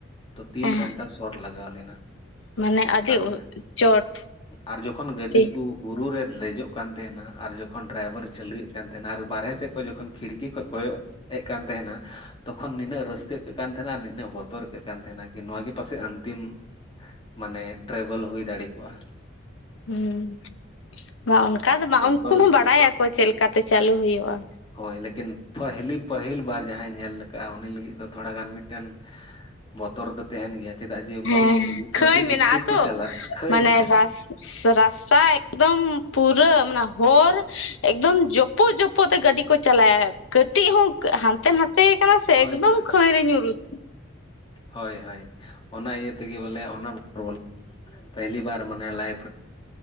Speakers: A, on the left; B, on the left.
A: ᱛᱚ ᱛᱤᱱ
B: ᱦᱮᱸ
A: ᱜᱷᱟᱱᱴᱟ ᱥᱚᱴ ᱞᱟᱜᱟᱣ ᱞᱮᱱᱟ᱾
B: ᱢᱟᱱᱮ ᱟᱹᱰᱤ
A: ᱟᱨ ᱦᱩᱸ
B: ᱪᱚᱴ
A: ᱟᱨ ᱡᱚᱠᱷᱚᱱ ᱜᱟᱹᱰᱤ
B: ᱛᱮ
A: ᱠᱩ ᱵᱩᱨᱩ ᱨᱮᱼᱼ ᱞᱮᱡᱚᱜ ᱠᱟᱱ ᱛᱟᱦᱮᱸᱱᱟ ᱟᱨ ᱡᱚᱠᱷᱚᱱ ᱰᱨᱟᱭᱵᱷᱟᱨ ᱪᱟᱹᱞᱩᱭᱮᱫ ᱠᱟᱱ ᱛᱟᱦᱮᱸᱱᱟ ᱟᱨ ᱵᱟᱨᱦᱮ ᱥᱮᱫ ᱠᱷᱚᱱ ᱡᱚᱠᱷᱚᱱ ᱠᱷᱤᱲᱠᱤ ᱠᱷᱚᱜ ᱠᱚᱭᱚᱜᱼᱼ ᱦᱮᱡ ᱠᱟᱱ ᱛᱟᱦᱮᱸᱱᱟᱼᱼ ᱛᱚᱠᱷᱚᱱ ᱱᱤᱱᱟᱹᱜ ᱨᱟᱹᱥᱠᱟᱹ ᱟᱹᱠᱟᱹᱜ ᱠᱟᱱ ᱛᱟᱦᱮᱸᱱᱟ ᱟᱨ ᱱᱤᱱᱟᱹᱜ ᱵᱚᱛᱚᱨ ᱟᱹᱭᱠᱟᱹᱜ ᱠᱟᱱ ᱛᱟᱦᱮᱸᱱᱟ ᱠᱤ ᱱᱚᱣᱟ ᱜᱮ ᱯᱟᱥᱮᱡ ᱟᱱᱛᱤᱢᱼᱼ ᱢᱟᱱᱮ ᱴᱨᱟᱵᱷᱮᱞ ᱦᱩᱭ ᱫᱟᱲᱮ ᱠᱚᱜ-ᱟ᱾
B: ᱦᱩᱸ ᱵᱟᱝ ᱚᱱᱠᱟ ᱫᱚ ᱵᱟᱝ
A: ᱵᱚᱛᱚᱨ
B: ᱩᱱᱠᱩ ᱦᱚᱸ ᱵᱟᱲᱟᱭᱟᱠᱚ ᱪᱮᱫ ᱞᱮᱠᱟᱛᱮ ᱪᱟᱹᱞᱩ ᱦᱩᱭᱩᱜ-ᱟ᱾
A: ᱦᱳᱭ ᱞᱮᱠᱤᱱ ᱯᱟᱹᱷᱞᱤ ᱯᱟᱹᱦᱤᱞ ᱵᱟᱨ ᱡᱟᱦᱟᱸᱭ ᱧᱮᱞ ᱠᱟᱜ-ᱟ ᱩᱱᱤ ᱞᱟᱹᱜᱤᱫ ᱫᱚ ᱛᱷᱚᱲᱟᱜᱟᱱ ᱢᱤᱫᱴᱮᱱᱼᱼ ᱵᱚᱛᱚᱨ ᱫᱚ ᱛᱟᱦᱮᱸᱱ ᱜᱮᱭᱟ ᱪᱮᱫᱟᱜ ᱡᱮ ᱩᱱᱠᱩ
B: ᱦᱮᱸ ᱠᱷᱟᱹᱭ
A: ᱟᱹᱰᱤ
B: ᱢᱮᱱᱟᱜᱼᱟ
A: ᱤᱥᱯᱤᱰ ᱠᱚ
B: ᱛᱚ
A: ᱪᱟᱞᱟᱜ ᱠᱷᱟᱹᱭ
B: ᱢᱟᱱᱮ
A: ᱢᱮᱱᱟᱜ-ᱟ᱾
B: ᱨᱟᱥ ᱨᱟᱥᱛᱟ ᱮᱠᱫᱚᱢ ᱯᱩᱨᱟᱹ ᱢᱟᱱᱮ ᱦᱚᱨ ᱮᱠᱫᱚᱢ ᱡᱚᱯᱼᱼ ᱡᱚᱯᱚᱜ ᱡᱚᱯᱚᱜ ᱛᱮ ᱜᱟᱹᱰᱤ ᱠᱚ ᱪᱟᱞᱟᱭᱟ ᱠᱟᱹᱴᱤᱡ ᱦᱚᱸ ᱦᱟᱱᱛᱮ ᱱᱟᱛᱮᱼᱼ <inaudible> ᱠᱟᱱᱟ ᱥᱮ
A: ᱦᱳᱭ
B: ᱮᱠᱫᱚᱢ
A: ᱦᱳᱭ
B: ᱠᱷᱟᱹᱭ ᱨᱮ ᱧᱩᱨᱩᱜᱼᱼ
A: ᱦᱳᱭ ᱦᱳᱭ ᱚᱱᱟ ᱤᱭᱟᱹ ᱛᱮᱜᱮ ᱵᱚᱞᱮ ᱚᱱᱟ <inaudible> ᱯᱮᱦᱞᱤ ᱵᱟᱨ ᱢᱟᱱᱮ ᱞᱟᱭᱤᱵᱼᱼ